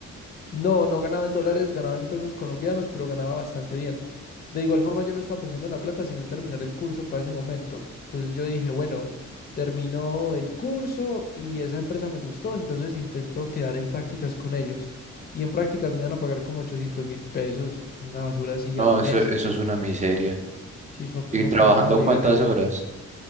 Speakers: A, on the left (about 30°); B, on the right (about 25°).
A: No, no ganaba en dólares, ganaba en pesos colombianos, pero ganaba bastante bien. De igual forma, yo no estaba pensando en la plata, sino en terminar el curso para ese momento. Entonces yo dije, bueno, terminó el curso y esa empresa me gustó, entonces intento quedar en prácticas con ellos. Y en prácticas me iban a pagar como ochocientos mil pesos, una basura así
B: No,
A: al mes.
B: eso, eso es una miseria.
A: Si
B: ¿Y
A: uno
B: trabajando
A: con eso no vive,
B: cuántas
A: nea.
B: horas?